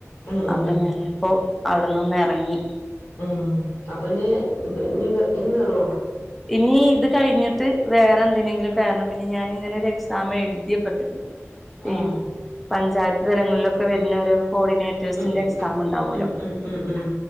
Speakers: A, on the left (about 60°); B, in the centre.
A: ഉം
B: അപ്പ
A: ഉം
B: ഞാനിപ്പോ അവ്ട്ന്നൊന്നറങ്ങി
A: ആ അപ്പൊഞ്ഞി ഞ്ഞി ഇനി കേറോ
B: ഇനി ഇത് കഴിഞ്ഞിട്ട് വേറെ എന്തിനെങ്കിലും കേറണം പിന്നെ ഞാന്ങ്ങനൊരു എക്സാം എഴുതിയൊക്കെ ട്ട്ക്ക്ണ് ഈ
A: ആഹ്
B: പഞ്ചായത്ത് തലങ്ങളിലും ക്കെ വെര്നൊരു കോർഡിനേറ്റേഴ്സിന്റെ
A: ഉം
B: എക്സാം ണ്ടാവുല്ലോ
A: ഉം ഉം ഉം ഉം